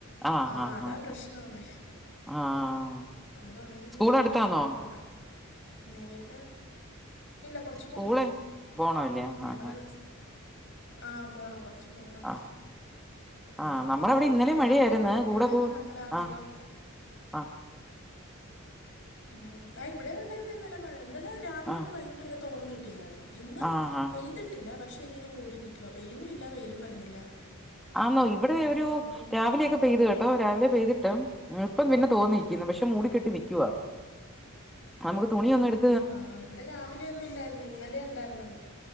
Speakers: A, in the centre; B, on the left.
A: ആഹ്
B: ആ
A: ആഹ്
B: അതാ
A: ആഹ്
B: പ്രശ്നൊന്നേ
A: ആഹ്
B: അത് ഉണങ്ങി കിട്ടാനായിട്ട്
A: സ്കൂൾ അടുത്താന്നോ
B: ഭയങ്കര പാടാ. ന്നനിയിപ്പ ഇല്ല കുറച്ച്
A: സ്കൂള്
B: പോണം
A: പോണല്ലേ ആ
B: ഞങ്ങള്
A: ആ
B: ആ പോണം കുറച്ച് പോണം
A: ആ
B: അതിഞ്ഞി
A: ആ
B: ഇപ്പോ
A: നമ്മളവിടെ
B: വണ്ടിക്കൊക്കെ
A: ഇന്നലെ മഴയായിരുന്നു
B: ഞങ്ങൾക്കിവിടെ
A: കൂടെ കൂ
B: അങ്ങനെ അധികം
A: ആ ആ
B: ഉം ആ ഇവിടെയും ഉണ്ടായിരുന്നു ഇന്നലെ മഴ ഇന്നലെ രാവിലെ
A: ആ
B: തൊട്ട് വൈകിട്ട് വരെ തോർന്നിട്ടില്ലായിരുന്നു. ഇന്ന്
A: ആ ആ
B: പെയ്തിട്ടില്ല പക്ഷെ ഇങ്ങനെ മൂടി നക്കുവാ പെയ്യുന്നും ഇല്ല വെയിലും വരുന്നില്ല
A: ആന്നോ ഇവിടെ
B: ഒരുമാതിരി
A: ഒരു
B: ഇങ്ങനെ
A: രാവിലെയൊക്കെ
B: നിൽക്കുക
A: പെയ്ത് കേട്ട് ട്ടോ രാവിലെ പെയ്തിട്ട് ഇപ്പം പിന്നെ തോന്നിരിക്കുന്നു പക്ഷെ മൂടി കെട്ടി നിക്കുവാ നമുക്ക് തുണിയൊന്നും എട്
B: ആ ഇവിടെ രാവിലെ ഒന്നും ഇല്ലായിരുന്നു ഇന്നലെ ഉണ്ടായിരരുന്നുള്ളൂ